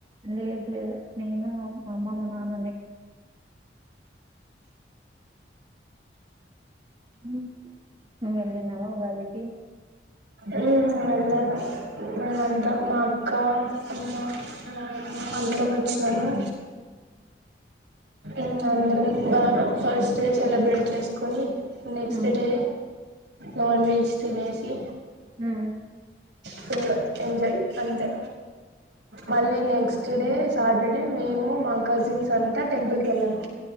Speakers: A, on the right; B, on the right.
A: లేదు లేదు నేను మా అమ్ మా అమ్మ మా నాన్ననే ఉ నువ్ వెళ్లినవా ఉగాది కి
B: ఉ వెళ్ళాను మేమంతా
A: మ్మ్
B: మా అక్కా అమ్మా నాన్న అందరమూ వచ్చినాము ఏమ్ కాదులే బాగా ఫస్ట్ స్టేషన్లో బెట్ యేసుకొని నెక్స్ట్
A: మ్మ్
B: డే నాన్ వెజ్ తినేసి
A: మ్మ్
B: ఫుల్ ఎంజాయ్ అంతే మళ్ళీ నెక్స్ట్ డే సాటర్డే మేము మా కజిన్స్ అంతా టెంపుల్ కి వెళ్ళాము.